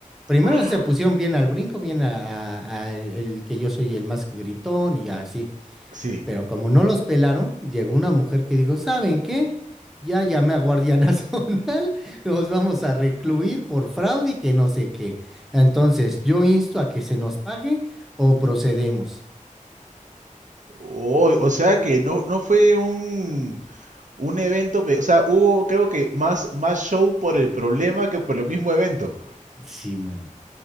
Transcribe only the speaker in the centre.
Primero
se pusieron bien al brinco, bien a, a- a el, el que yo soy el más gritón y así.
Pero como no los pelaron, llegó una mujer que dijo, ¿saben qué? Ya llamé a Guardia <laughs> Nacional, los vamos a recluir por fraude y que no sé qué. Entonces, yo insto a que se nos pague o procedemos.
Sí, mano.